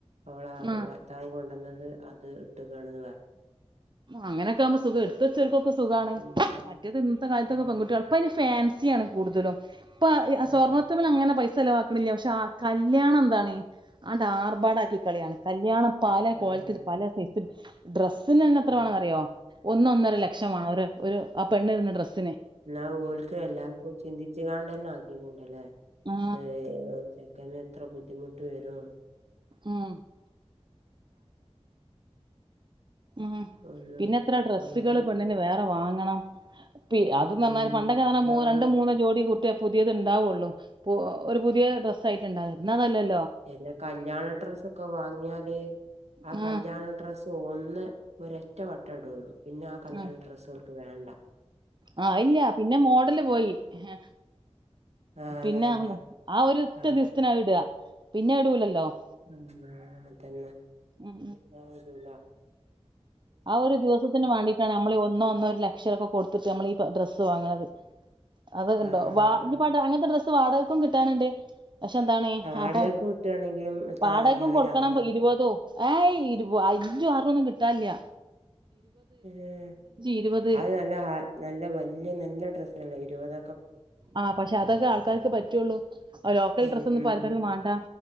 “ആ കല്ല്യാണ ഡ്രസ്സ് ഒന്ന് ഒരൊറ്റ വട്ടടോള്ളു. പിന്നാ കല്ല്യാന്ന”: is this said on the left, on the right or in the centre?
Right